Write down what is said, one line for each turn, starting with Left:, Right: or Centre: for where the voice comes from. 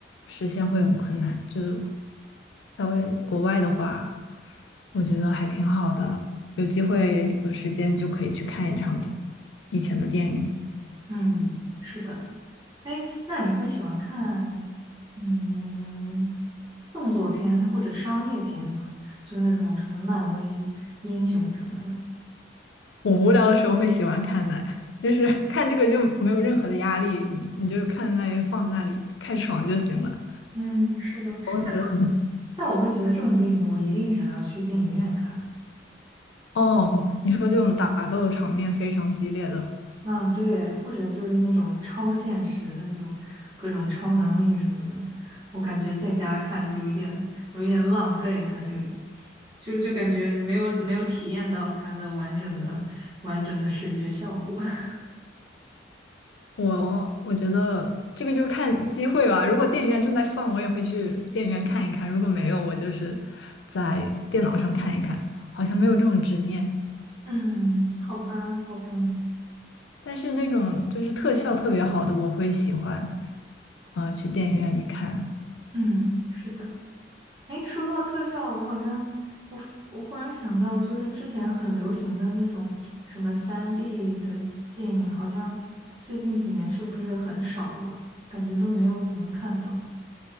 Left: 实现会很困难，就在为国外的话，我觉得还挺好的，有机会有时间就可以去看一场电以前的电影。
Right: 嗯，是的。哎，那你会喜欢看，嗯？动作片或者商业片嘛，就那种什么漫威英雄什么的。
Left: 我无聊的时候会喜欢看的，就是看这个就没有任何的压力，你你就看在那里放在那里看爽就行了。
Right: 嗯，是的，
Left: 我会觉得很
Right: 但我但我会觉得这种电影我一定想要去电影院看。
Left: 哦，你说这种打斗场面非常激烈的，
Right: 嗯，对，或者就是那种超现实的，就各种超能力什么的，我感觉在家看有一点有一点浪费它这个，就就感觉没有没有体验到它的完整的完整的视觉效果。<laughs>
Left: 我我觉得这个就是看机会吧。如果电影院正在放，我也会去电影院看一看；如果没有，我就是在电脑上看一看。好像没有这种执念，
Right: 嗯，好吧，好吧，
Left: 但是那种就是特效特别好的，我会喜欢啊、呃去电影院里看。
Right: 嗯，是的。哎，说到特效，我好像我我忽然想到，就是之前很流行的那种什么三 d 的电影，好像最近几年是不是很少了？感觉都没有怎么看到。